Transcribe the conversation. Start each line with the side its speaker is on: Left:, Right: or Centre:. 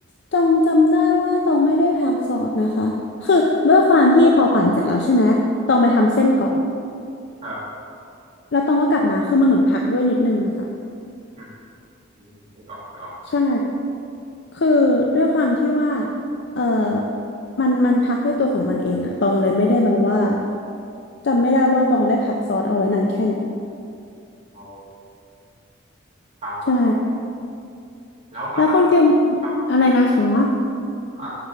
Left: ตองจำได้ว่าตองไม่ได้ผักซอสนะคะคือด้วยความที่พอปั่นเสร็จแล้วใช่ไหมตองไปทำเส้นก่อน
Right: ครับ
Left: แล้วตองก็กลับมาคือมันเหมือนผักด้วยนิดนึงอะค่ะ
Right: อืมอืมอืมนึกออกนึกออก
Left: ใช่ คือด้วยความที่ว่าเออมันมันพักด้วยตัวของมันเองอะตองเลยไม่ได้แบบว่าจำไม่ได้ว่าตองได้พักซอสเอาไว้นานแค่ไหน
Right: อ๋อครับผม
Left: ใช่
Right: แล้วแล้วขั้น
Left: แล้วคนฟิล
Right: ครับผม
Left: อะไรนะคะ
Right: อ่า